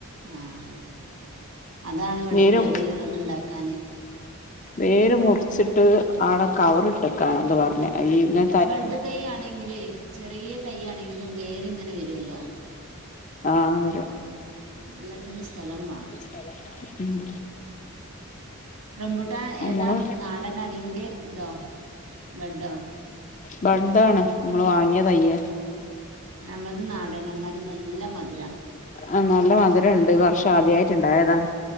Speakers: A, on the right; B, on the left.
A: ആഹ് അതാണിവട
B: വേരും
A: പേടി ഓരോന്ന് ഇണ്ടാക്കാന്
B: വേര് മുറിച്ചിട്ട് ആടെ കവറിട്ടെക്കാന എന്തോ പറഞ്ഞ് ഈ നേ
A: ബഡ് തൈയാണെങ്കിലേ ചെറിയ തൈയാണെങ്കിലും വേരിങ്ങനെ വരുവല്ലോ
B: ആഹ് വരും
A: എല്ലത്തിനും സ്ഥലം വാണം
B: സ്ഥലംവാണം ഉം
A: റംബുട്ടാൻ
B: നമ്മള്
A: ഏതാ ഉം നാടനാ അല്ലെങ്കില് ഇതോ ബഡ്ഡോ
B: ബഡ്ഡാണ് നമ്മള് വാങ്ങിയ തൈയ്യേ
A: നമ്മൾത് നാടനാ ന്നാലും നല്ലമധുരാ
B: ആഹ് നല്ല മധുരണ്ട് ഈ വർഷം ആദ്യായിട്ട്ണ്ടായതാ